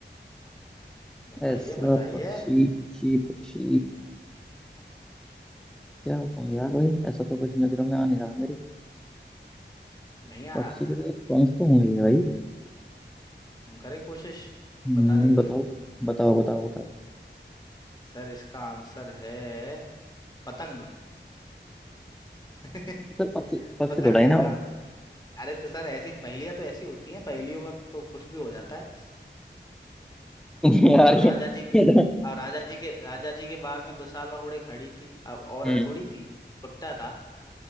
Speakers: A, on the left; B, in the centre.
A: बताइए
B: ऐसा
A: बताइए
B: पक्षी पक्षी पक्षी क्या बताऊँ यार भाई ऐसा तो कुछ नजरों में आ नहीं रहा मेरी
A: नहीं आ
B: पक्षी
A: रहा
B: के तो पंख तो होंगे ही भाई
A: हम करें कोशिश
B: हम्म,
A: बताने की
B: बताओ बताओ बताओ बताओ
A: सर इसका आंसर है पतंग <laughs>
B: सर पक्षी पक्षी
A: पतंग
B: थोड़ा
A: है
B: ही ना
A: इसका
B: हो।
A: आंसर
B: <laughs>
A: अरे तो सर ऐसी पहेलियां तो ऐसी होती हैं पहेलियों में तो कुछ भी हो जाता है
B: यार
A: अब राजा
B: ये,
A: जी के
B: ये तो
A: अब राजा जी के राजा जी के बाग में दुशाला ओढ़े खड़ी थी अब औरत
B: हम्म
A: थोड़ी थी भुट्टा था <laughs>